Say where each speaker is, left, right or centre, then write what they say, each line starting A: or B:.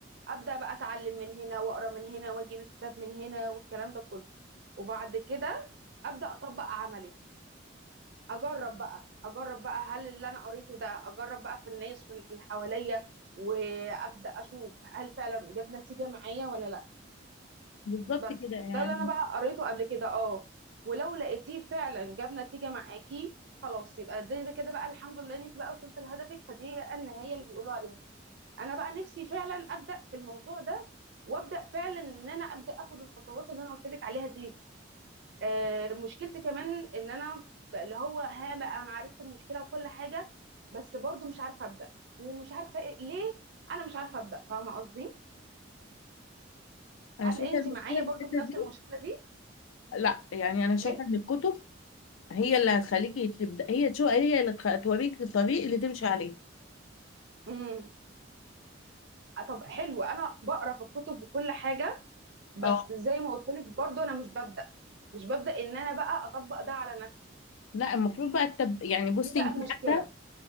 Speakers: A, on the right; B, on the left.
A: ابدا بقى اتعلم من هنا واقرا من هنا واجيب الكتاب من هنا والكلام ده كله وبعد كده ابدا اطبق عملي اجرب بقى اجرب بقى هل اللي انا قريته ده اجرب بقى في الناس وال- في اللي حواليا وابدا اشوف هل فعلا جاب نتيجه معايا ولا لا
B: بالظبط
A: بس
B: كده يعني
A: ده اللي انا بقى قريته قبل كده اه ولو لقيتيه فعلا جاب نتيجه معاكي خلاص يبقى دي كده بقى الحمد لله ان انت بقى وصلت لهدفك فدي بقى النهايه اللي بيقولوا عليها انا بقى نفسي فعلا ابدا في الموضوع ده وابدا فعلا ان انا ابدا اخد الخطوات اللي انا قلت لك عليها دي آه مشكلتي كمان ان انا بقى اللي هو ها بقى انا عرفت المشكله وكل حاجه بس برضو مش عارفه ابدا ومش عارفه إيه ليه انا مش عارفه ابدا فاهمه قصدي
B: انا
A: هل
B: شايفه
A: انت
B: المشكله
A: معايا
B: في
A: برضو
B: الحته
A: في نفس
B: دي
A: المشكله دي
B: لا يعني انا شايفه
A: ايه
B: ان الكتب هي اللي هتخليكي تبدا هي تشو هي اللي تخ- توريك الطريق اللي تمشي عليه
A: امم آه، طب حلو انا بقرا في الكتب وكل حاجه بس
B: اه
A: زي ما قلت لك برضو انا مش ببدا مش ببدا ان انا بقى اطبق ده على نفسي
B: لا المفروض بقى التب... يعني بصي
A: دي بقى
B: انت
A: المشكله
B: حتى